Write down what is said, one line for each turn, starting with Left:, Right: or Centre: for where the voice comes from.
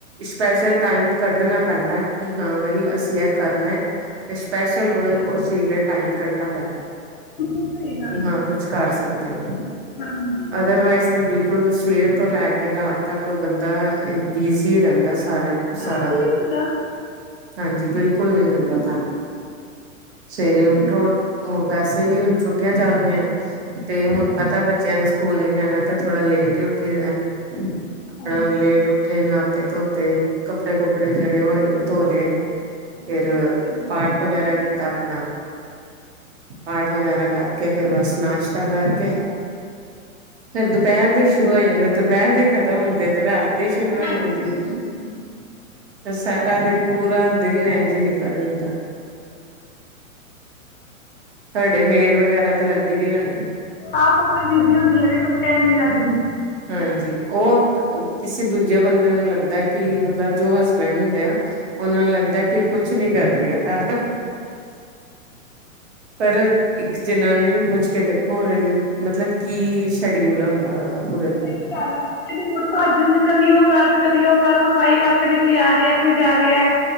Right: ਸਪੈਸ਼ਲ ਟਾਈਮ ਕੱਢਣਾ ਪੈਂਦਾ ਕਿ ਹਾਂ ਬਾਈ ਅਸੀਂ ਇਹ ਕਰਨਾ ਹੈ ਅਤੇ ਸਪੈਸ਼ਲ ਉਹਦੇ
Left: ਗੱਲ ਹੈ
Right: ਉਸ ਚੀਜ਼ ਲਈ ਟਾਈਮ ਕੱਢਣਾ ਪੈਂਦਾ
Left: ਬਿਲਕੁਲ ਸਹੀ ਗੱਲ
Right: ਕਿ ਹਾਂ
Left: ਹੈ
Right: ਕੁਛ ਕਰ ਸਕਦੇ ਹੋ
Left: ਹਾਂਜੀ
Right: ਅਦਰ ਵਾਈਸ ਤੇ ਬਿਲਕੁਲ ਸਵੇਰ ਤੋਂ ਲੈ ਕੇ ਰਾਤ ਤੱਕ ਬੰਦਾ ਬਿਜੀ ਰਹਿੰਦਾ ਸੀ ਸਾਰੇ
Left: ਟਾਈਮ
Right: ਸਾਰਾ
Left: ਹੀ ਨਹੀਂ
Right: ਦਿਨ
Left: ਮਿਲਦਾ
Right: ਹਾਂਜੀ ਬਿਲਕੁਲ ਨਹੀਂ ਮਿਲਦਾ ਟਾਈਮ ਸਵੇਰੇ ਉਠੋ ਉਹ ਵੈਸੇ ਵੀ ਹੁਣ ਛੁੱਟੀਆਂ ਚੱਲ ਰਹੀਆਂ ਤੇ
Left: ਹਾਂਜੀ
Right: ਹੁਣ ਪਤਾ ਬੱਚ ਐਨੇ ਸਕੂਲ ਨੀ ਜਾਣਾ ਤਾਂ ਥੋੜਾ ਲੇਟ ਹੀ ਉੱਠੀ ਦਾ ਆਪਣਾ
Left: ਨਹੀਂ
Right: ਲੇਟ ਉੱਠੇ ਨਾ ਤੇ ਧੋਤੇ ਕੱਪੜੇ-ਕੁੱਪੜੇ ਜਿਹੜੇ ਹੋਏ ਉਹ ਧੋ ਲੇ। ਫਿਰ,
Left: ਹਾਂਜੀ ਫਿਰ ਬੱਚੇ
Right: ਪਾਠ
Left: ਦੀ
Right: ਵਗੈਰਾ
Left: ਫਰਮਾਇਸ਼ਾਂ
Right: ਕੀਤਾ ਆਪਣਾ। ਪਾਠ ਵਗੈਰਾ ਕਰਕੇ ਫਿਰ ਬਸ ਨਾਸ਼ ਤਾਂ ਕਰਕੇ ਫਿਰ ਦੁਪਹਿਰ ਦੇ ਸ਼ੁਰੂ ਹੋ ਜਾਂਦੇ ਦੁਪਹਿਰ ਦੇ ਖਤਮ ਹੁੰਦੇ ਤੇ ਰਾਤ ਦੀ ਸ਼ੁਰੂ ਹੋ
Left: ਰਾਤ
Right: ਜਾਂਦੀ
Left: ਦੇ ਸ਼ੁਰੂ
Right: ਹੈ
Left: ਹੋ ਜਾਂਦੀਆਂ
Right: ਏ। ਸਾਰਾ ਦਿਨ ਪੂਰਾ ਦਿਨ ਇੰਝ ਹੀ ਨਿਕਲ ਜਾਂਦਾ।
Left: <unintelligible> <unintelligible>
Right: ਤੁਹਾਡੇ ਮੇਡ ਵਗੈਰਾ ਤਾਂ ਲੱਗੀ ਦੀ ਹੋਣੀ
Left: ਆਪ ਆਪਣਾ ਬਿਜ਼ੀ ਹੁੰਦੀਆਂ ਨੇ ਕੁਛ ਕਹਿਣ ਦੀ ਹੱਦ ਨੀ।
Right: ਹਾਂਜੀ ਉਹ ਕਿਸੇ ਦੂਜੇ ਬੰਦੇ ਨੂੰ ਲੱਗਦਾ ਕਿ ਮਤਲਬ ਜੋ ਹਸਬੈਂਡ ਹੁੰਦੇ ਆ ਉਹਨਾ ਨੂੰ ਲੱਗਦਾ ਕਿ ਕੁਛ ਨੀ ਕਰਦੀਆਂ ਘਰ। ਪਰ ਇੱਕ ਜਨਾਨੀ ਨੂੰ ਪੁੱਛ ਕੇ ਦੇਖੋ ਉਹਦੇ ਲਈ ਮਤਲਬ ਕੀ ਸ਼ਡਿਊਲ ਹੁੰਦਾ ਪੂਰੇ ਉਹਦਾ। ਦਿਨ
Left: ਸਹੀ
Right: ਦਾ
Left: ਗੱਲ ਐ ਕਦੀ ਭੱਜ, ਕਦੀ ਉਹ ਕਰ ਤੇ ਕਦੀ ਉਹ ਕਰ ਸਫ਼ਾਈ ਕਰ ਕਦੀ ਕੋਈ ਆ ਰਿਹਾ ਕੋਈ ਜਾ ਰਿਹਾ